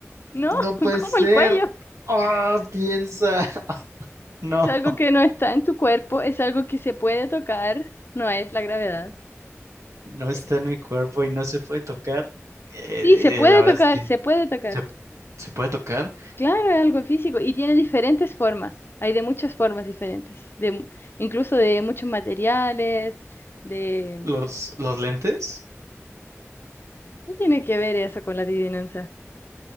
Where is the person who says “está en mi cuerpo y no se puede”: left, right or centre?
Right